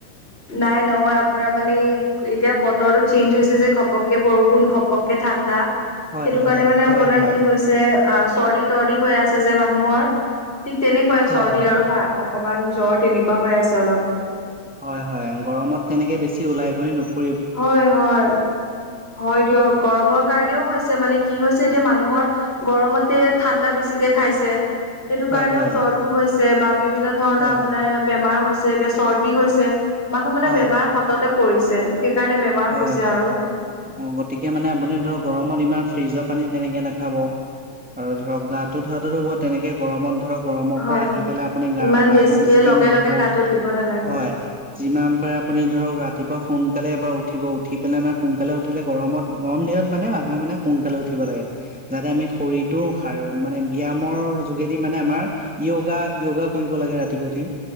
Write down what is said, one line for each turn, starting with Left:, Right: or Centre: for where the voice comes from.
Left: নাই নহয় আপোনাৰ মানে এতিয়া বতৰটো চেঞ্জ হৈছে যে ঘপককে বৰষুণ ঘপককে ঠাণ্ডা সেইটো
Centre: হয় হয়
Left: কাৰণে মানে
Centre: হয়
Left: আপোনাৰ
Centre: হয়
Left: কি হৈছে আ চৰ্দি তৰ্দি হৈ আছে যে মানুহৰ ঠিক তেনেকুৱাই
Centre: হয়
Left: চৰ্দি
Centre: হয়
Left: আৰু ভ অকমান জ্বৰ তেনেকুৱা হৈ আছে অলপ
Centre: হয় হয় গৰমত তেনেকে বেছি ওলাই ঘূৰি
Left: হয় হয় হয় দিয়ক গৰমৰ কাৰণে কাৰণেও হৈছে মানে কি হৈছে এতিয়া মানুহৰ গৰমতে ঠাণ্ডা বেছিকে খাইছে সেইটো
Centre: হয়
Left: কাৰণেও
Centre: হয়
Left: জ্বৰটো হৈছে বা বিভিন্ন ধৰণৰ
Centre: হয়
Left: আপোনাৰ বেমাৰ হৈছে যে এতিয়া চৰ্দি হৈছে মানুহ মানে
Centre: হয়
Left: বেমাৰ সততে পৰিছে সেইকাৰণে বেমাৰ
Centre: হয়
Left: হৈছে আৰু
Centre: অ গতিকে মানে আপুনি ধৰক গৰমত ইমান ফ্ৰিজৰ পানী তেনেকে নাখাব আৰু ধৰক গাটো ধোৱাটো ধুব তেনেকে গৰমত ধৰক গৰমৰ
Left: হয়
Centre: পৰা আহি পেলাই আপুনি
Left: হয়
Centre: গা
Left: ইমান
Centre: গাটো বেছিকে
Left: লগে
Centre: নুধব
Left: লগে গাটো ধুব নালাগে
Centre: হয় যিমান পাৰে আপুনি ধৰক ৰাতিপুৱা সোনকালে এবাৰ উঠিব উঠি পেলাই মানে সোনকালে উঠিলে গৰমত গৰম দিনত মানে মানুহে মানে সোনকালে উঠিব লাগে যাতে আমি শৰীৰটো সাৰ মানে ব্যায়ামৰ যোগেদি মানে আমাৰ য়োগা য়োগা কৰিব লাগে ৰাতিপুৱঠ